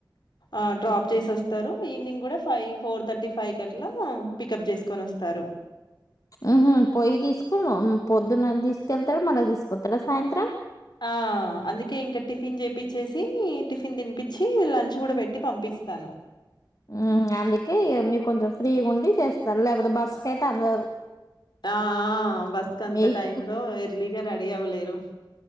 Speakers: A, on the left; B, on the left.
A: ఆ డ్రాప్ చేసి వస్తారు ఈవినింగ్ కూడా ఫైవ్ ఫోర్ థర్టీ ఫైవ్కి అట్లా పికప్ చేసుకొని వస్తారు
B: ఉ హ్ పొయ్యి తీసుకు పొద్దున్న తీసుకెళ్తడు మళ్లా తీసుకొస్తడా సాయంత్రం
A: ఆ అందుకే ఇంక టిఫిన్ చేపిచ్చేసి టిఫిన్ తినిపించి లంచ్ కూడా పెట్టి పంపిస్తాను
B: ఉ అందుకే మీరు కొంచెం ఫ్రీ గ ఉండి చేస్తారు లేకపోతే బస్సుకయితే అందరు
A: ఆ ఆ బస్ కంత
B: మీకు
A: టైమ్ లో ఎర్లీగా రె రెడిఅవలేరు